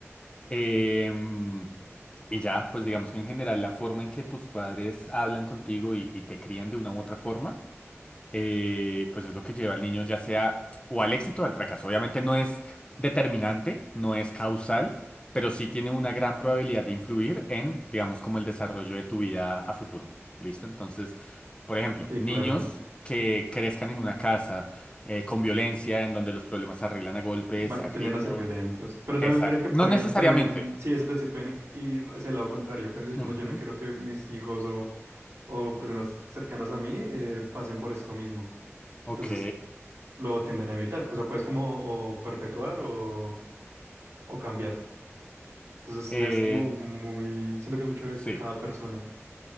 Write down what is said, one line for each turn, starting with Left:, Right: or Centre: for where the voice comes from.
Left: Em, y ya, pues digamos que en general la forma en que tus padres hablan contigo y, y te crían de una u otra forma eh, pues es lo que lleva al niño ya sea o al éxito o al fracaso. Obviamente no es determinante, no es causal, pero sí tiene una gran probabilidad de influir en, digamos, como el desarrollo de tu vida a futuro. ¿Listo? Entonces, por ejemplo,
Right: Sí,
Left: niños
Right: claro.
Left: que crezcan en una casa eh, con violencia, en donde los problemas se arreglan a golpes,
Right: Van,
Left: a gritos.
Right: tienden a ser violentos. Pero también
Left: Exacto.
Right: mira que pueden,
Left: No necesariamente.
Right: pueden, sí, eso sí pueden inc- ir hacia el lado contrario. Pueden decir
Left: Ujú.
Right: como yo no quiero que mis hijos o, o personas cercanas a mí eh, pasen por esto mismo.
Left: Ok.
Right: Entonces lo tienden a evitar. O sea, puedes como o perpetuar o, o cambiar. Entonces
Left: Eh,
Right: ya es como muy, siento que es mucho de
Left: sí.
Right: cada persona.